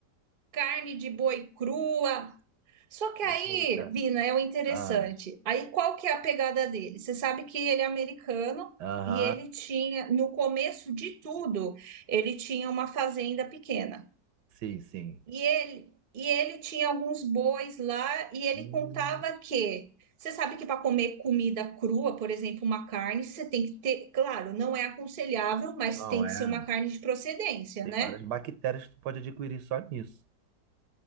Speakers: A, on the right; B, on the right.
A: carne de boi crua. Só que
B: Eita.
A: aí, Vina, é o interessante.
B: Ah,
A: Aí qual que é a pegada dele? Você sabe que ele é americano
B: aham,
A: e ele tinha, no começo de tudo, ele tinha uma fazenda pequena.
B: sim, sim.
A: E ele, e ele tinha alguns bois lá e ele
B: Hum,
A: contava que você sabe que para comer comida crua, por exemplo, uma carne, você tem que ter, claro, não é aconselhável, mas
B: não,
A: tem
B: é.
A: que ser uma carne de procedência,
B: Tem
A: né?
B: várias bactérias que tu pode adquirir só nisso.